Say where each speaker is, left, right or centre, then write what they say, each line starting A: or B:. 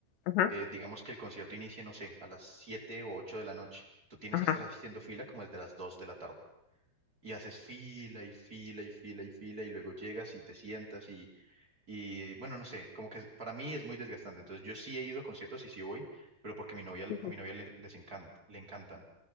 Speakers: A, on the left; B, on the right.
A: ajá,
B: eh, digamos que el concierto inicie, no sé, a las 7 o 8 de la noche. Tú tienes
A: ajá.
B: que estar haciendo fila como desde las 2 de la tarde. Y haces fila y fila y fila y fila y luego llegas y te sientas y, y bueno, no sé, como que para mí es muy desgastante. Entonces yo sí he ido a conciertos y sí voy, pero porque mi novia,
A: Ujú,
B: a mi novia le- les encanta, le encantan.